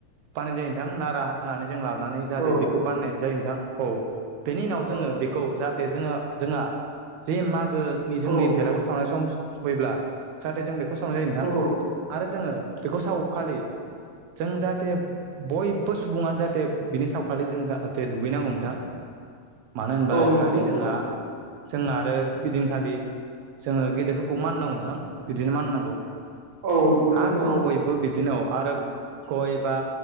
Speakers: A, on the right (about 80°); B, on the right (about 45°).
A: बानायनाय जायो नोंथां नारा हानानै जों लाबोनानै जाहाथे
B: औ
A: बेखौ बानायनाय जायो नोंथां औ। बेनि उनाव
B: औ
A: जोङो बेखौ जाहाथे जोङो जोंहा जे माग जोंनि
B: औ
A: भेलागुर सावनाय सम सफैब्ला जाहाथे जों बे बेखौ सावनाय जायो नोंथां
B: औ
A: आरो जोङो बेखौ सावखालि जों जाहाथे बयबो सुबुङानो जाहाथे बिनि सावखालि जों जाहाथे दुगैनांगौ नोंथां। मानो होनबा
B: औ
A: इखालि
B: नंगौ थारैनो।
A: जोंहा जों आरो बिदिनखालि जोङो गेदेरफोरखौ मान होनांगौ नोंथां बिदिनो मान होनांगौ।
B: औ नंगौ थारैनो
A: आरो जों
B: औ
A: बयबो बिदिनो आरो गय बा